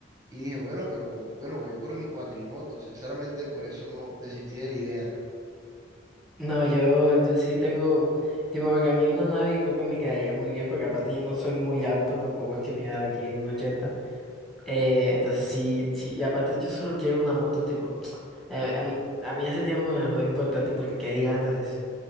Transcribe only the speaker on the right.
y dije, bueno, pero bueno, voy por mi cuatrimoto, sinceramente por eso no desistí de la idea.